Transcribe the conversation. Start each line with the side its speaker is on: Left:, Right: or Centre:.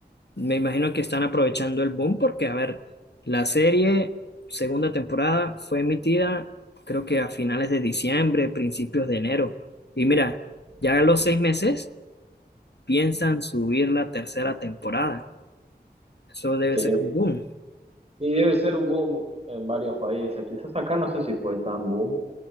Left: Me imagino que están aprovechando el boom porque, a ver, la serie segunda temporada fue emitida creo que a finales de diciembre, principios de enero. Y mira, ya a los seis meses piensan subir la tercera temporada. Eso debe
Right: Sí.
Left: ser un boom.
Right: Y debe ser un boom en varios países. Quizás acá no sé si fue tan boom,